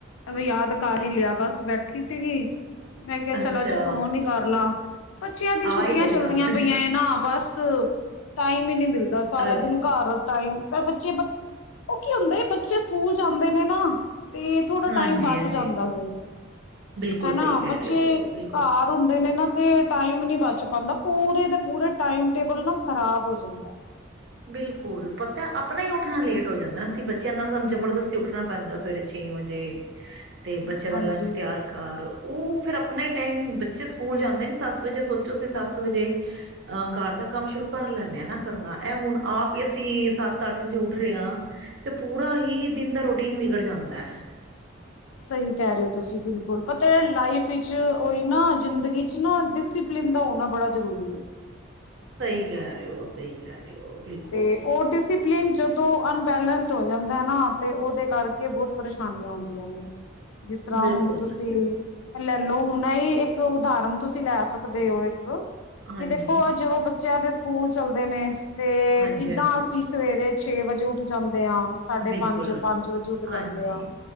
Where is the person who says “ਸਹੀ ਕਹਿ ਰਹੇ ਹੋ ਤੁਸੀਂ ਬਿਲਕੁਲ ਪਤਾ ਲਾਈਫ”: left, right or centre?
Left